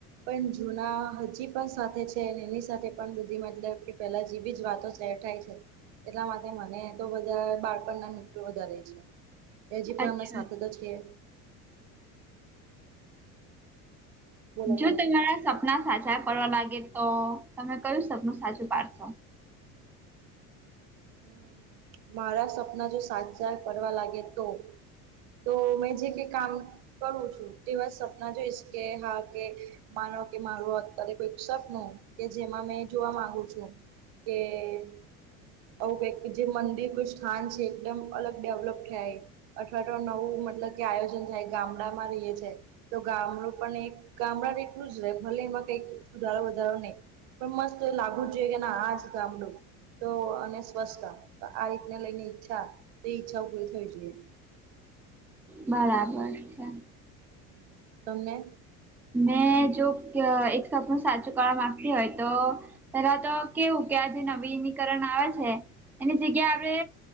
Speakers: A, on the right; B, in the centre.
A: પણ જુના હજી પણ સાથે છે અને એની સાથે પણ મતલબ કે પેલા જે બી જ વાતો શેર થાય છે. એટલા માટે મને તો બધા બાળપણના મિત્રો વધારે છે. એ હજી પણ
B: અચ્છા.
A: અમે સાથે તો છીએ. બોલો
B: જો
A: તમે
B: તમારા સપના સાચા પડવા લાગે તો તમે કયું સપનું સાચું પાડશો.
A: હમ. મારા સપના જો સાચા કરવા લાગે તો. તો મેં જે કઈ કામ કરું છું તેવા સપના જોઈશ કે હા કે. માનો કે મારુ અત્યારે કોઈ સક નું કે જેમાં મેં જોવા માંગુ છું. કે. ઓકે જે મંદિર નું સ્થાન છે એકદમ અલગ ડેવલપ થયા એ. અઠવાડિયા નવું મતલબ કે આયોજન થાય ગામડા માં રહીએ છે. તો ગામડું પણ એક ગામડા એટલું જ રહે ભલે એમાં કઈક સુધારો વધારો નહી. પણ મસ્ત લાગ્વૂ જ જોઈએ કે ના આજ તો ગામડુ તો અને. અચ્છા તો આ રીતને લઈને ઈચ્છા એ ઈચ્છા પુરી થવી જોઈએ.
B: બરાબર છે.
A: હમ તમને.
B: મેં જો એક સપનું સાચું કળા માંગતી હોય તો પેલા તો કેવું કે આજે નવીનીકરણ આવે છે. એની જગ્યા આપડે